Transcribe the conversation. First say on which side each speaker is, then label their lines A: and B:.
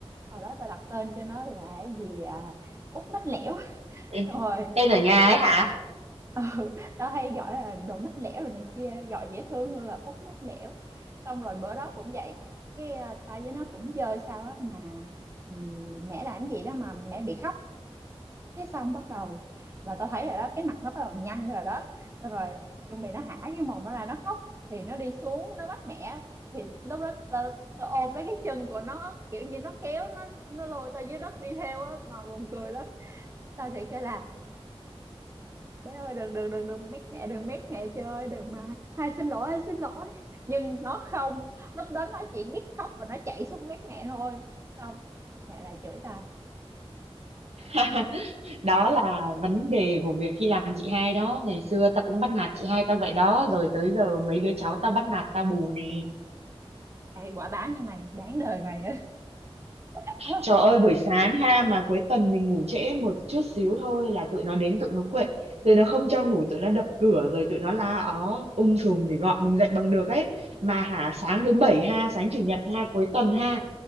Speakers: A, on the right (about 25°); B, on the right (about 90°).
A: hồi đó tao đặt tên cho nó là cái gì à, út mách lẻo
B: Tên,
A: Xong rồi
B: tên ở nhà ấy hả?
A: ừ, tao hay gọi là đồ mách lẻo rồi này kia gọi dễ thương hơn là út mách lẻo xong rồi bữa đó cũng vậy cái à, tao với nó cũng chơi sao á mà ừ, mẹ làm cái gì đó mà mẹ bị khóc cái xong bắt đầu là tao thấy rồi đó cái mặt nó bắt đầu nhăn rồi đó xong rồi chuẩn bị nó hả cái mồm nó ra nó khóc thì nó đi xuống nó bắt mẹ thì lúc đó tao, tao ôm lấy cái chân của nó kiểu như nó kéo nó nó lôi tao dưới đất đi theo á mà buồn cười lắm tao thì kêu là bé ơi đừng đừng đừng đừng mét mẹ đừng mét mẹ chơi ơi đừng mà hai xin lỗi hai xin lỗi nhưng nó không lúc đó nó chỉ biết khóc và nó chạy xuống mét mẹ thôi xong mẹ lại chửi tao
B: <laughs> Đó là vấn đề của việc khi làm chị hai đó. Ngày xưa tao cũng bắt nạt chị hai tao vậy đó. Rồi tới giờ mấy đứa cháu tao bắt nạt tao bù nè.
A: Ê, quả báo như mày đáng đời mày á <laughs>
B: Trời ơi buổi sáng ha mà cuối tuần mình ngủ trễ một chút xíu thôi là tụi nó đến tụi nó quậy, tụi nó không cho ngủ tụi nó đập cửa rồi tụi nó la ó um sùm để gọi mình dậy bằng được ấy. Mà hả sáng thứ bảy ha, sáng chủ nhật ha, cuối tuần ha,